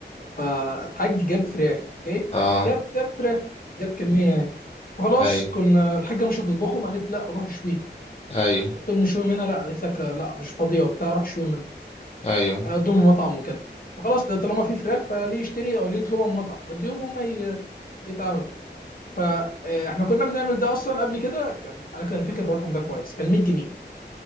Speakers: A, on the left (about 50°); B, on the left (about 35°).
A: فالحاج جاب فراخ اوكي
B: اه
A: جاب جاب فراخ جاب كميه يعني فخلاص
B: أيوه
A: كنا الحاجه مش هتطبخهم قالت لا روح شويهم
B: أيوه
A: قلت لهم نشويهم هنا لا قالت لك آه، لا مش فاضيه وبتاع روح شويهم هنا.
B: أيوه
A: اقدم مطعم وكده فخلاص طالما في فراخ فليه يشتري او ليه يطلبها من مطعم وديهم هم ي- يتعاملوا فاحنا كنا بنعمل ده اصلا قبل كده كان انا كان فاكر الرقم ده كويس كان 100 جنيه